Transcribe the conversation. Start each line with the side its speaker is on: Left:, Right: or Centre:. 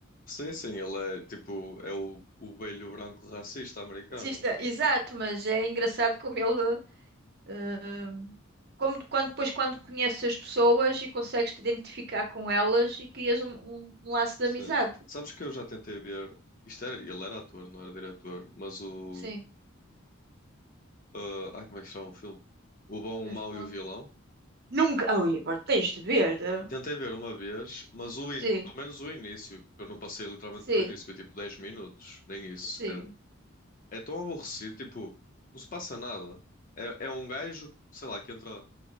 Left: Sim, sim, ele é tipo, é o, o velho branco racista americano.
Right: Existe- Exato, mas é engraçado como ele. eh, como quando, depois, quando conheces as pessoas e consegues te identificar com elas e crias um, um, um laço de
Left: Sim.
Right: amizade.
Left: Sabes que eu já tentei ver, isto era, ele era ator, não era diretor, mas o,
Right: Sim,
Left: ah, ai, como é que se chama o filme? O Bom,
Right: respondo.
Left: o Mau e o Vilão.
Right: Nunca. Ai, agora tens de ver. eh?
Left: Tentei ver uma vez, mas o
Right: Sim,
Left: in... pelo menos o início, porque eu não passei literalmente
Right: sim,
Left: do início, foi tipo 10 minutos, nem isso,
Right: sim.
Left: se calhar. É tão aborrecido, tipo, não se passa nada. É, é um gajo, sei lá, que entra,